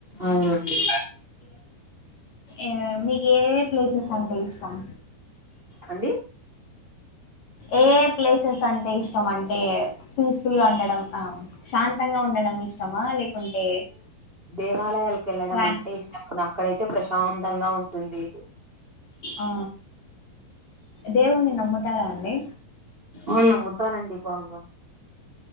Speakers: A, on the right (about 25°); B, on the left (about 50°).
A: ఔనండి
B: ఏవ్ మీక్ ఏ ఏ ప్లేసెసంటే ఇష్టం
A: అండి
B: ఏ ఏ ప్లేసెస్ అంటే ఇష్టమంటే పీస్ ఫూల్ గా ఉండడం ఆ శాంతంగా ఉండడం ఇష్టమా లేకుంటే
A: దేవాలయాల్కేళ్ళడమంటే
B: ట్రా
A: ఇష్టం అక్కడైతే ప్రశాంతంగా ఉంటుంది
B: ఆ దేవునీ నమ్ముతారా అండి
A: అ నమ్ముతనండి బాగా